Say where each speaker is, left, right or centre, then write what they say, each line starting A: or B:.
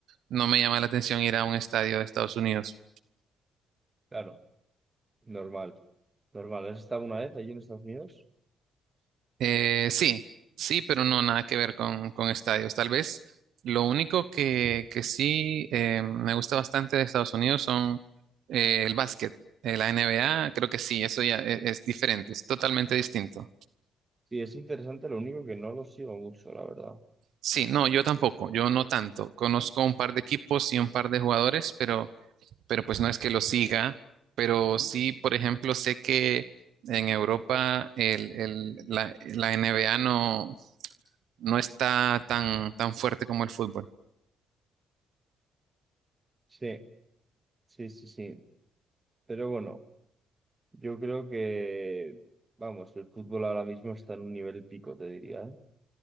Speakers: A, on the right (about 75°); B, on the right (about 25°).
A: no me llama la atención ir a un estadio de Estados Unidos.
B: Claro, normal. Normal. ¿Has estado alguna vez allí en Estados Unidos?
A: Eh, sí, sí, pero no nada que ver con, con estadios. Tal vez lo único que, que sí eh, me gusta bastante de Estados Unidos son eh, el básquet, Eh, la NBA, creo que sí, eso ya e- es, diferente, es totalmente distinto.
B: Sí, es interesante, lo único que no lo sigo mucho, la verdad.
A: Sí, no, yo tampoco, yo no tanto. Conozco un par de equipos y un par de jugadores, pero pero pues no es que lo siga, pero sí, por ejemplo, sé que en Europa el, el- la, la NBA no, no está tan, tan fuerte como el fútbol.
B: Sí, sí, sí, sí. Pero bueno, yo creo que, vamos, el fútbol ahora mismo está en un nivel pico, te diría, ¿eh?